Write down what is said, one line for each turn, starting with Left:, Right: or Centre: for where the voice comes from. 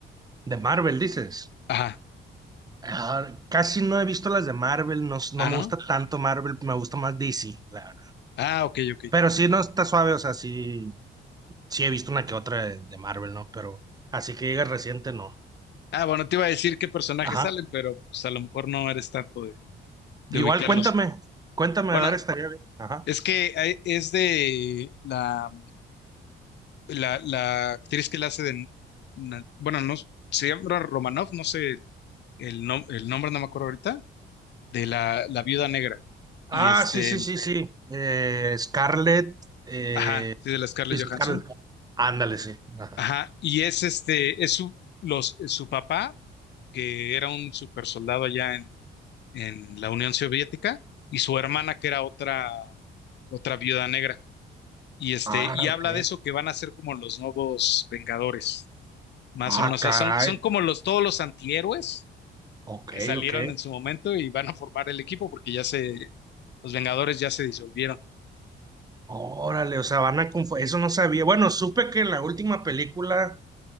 Right: De Marvel, dices.
Left: Ajá.
Right: Ah, casi no he visto las de Marvel, no, s- no
Left: Ah,
Right: me
Left: ¿no?
Right: gusta tanto Marvel, me gusta más DC, la verdad.
Left: Ah, ok, ok.
Right: Pero sí, no está suave, o sea, sí, sí he visto una que otra de, de Marvel, ¿no? Pero así que llega reciente, no.
Left: Ah, bueno, te iba a decir qué personajes
Right: Ajá.
Left: salen, pero pues, a lo mejor no eres tanto de, de
Right: Igual
Left: ubicarlos.
Right: cuéntame, cuéntame,
Left: Bueno,
Right: a ver, estaría bien. Ajá.
Left: Es que hay- es de la, la, la actriz que la hace de, Na- bueno, no, se llama Romanoff, no sé el, el nom- el nombre, no me acuerdo ahorita, de la, la viuda negra.
Right: Ah,
Left: Y este,
Right: sí, sí, sí, sí. Eh, Scarlett, eh,
Left: ajá, sí, de la Scarlett
Right: sí, Scarlett.
Left: Johansson.
Right: Ándale, sí. Ajá.
Left: Ajá, y es este, es su, los, su papá, que era un super soldado allá en, en la Unión Soviética, y su hermana, que era otra, otra viuda negra. Y este,
Right: Ah,
Left: y habla
Right: ok.
Left: de eso que van a ser como los nuevos Vengadores. Más
Right: Ah,
Left: o menos,
Right: caray.
Left: o sea, son, son como los, todos los antihéroes
Right: Ok,
Left: que salieron
Right: ok.
Left: en su momento y van a formar el equipo porque ya se, los Vengadores ya se disolvieron.
Right: Órale, o sea, van a confundir. Eso no sabía. Bueno, supe que en la última película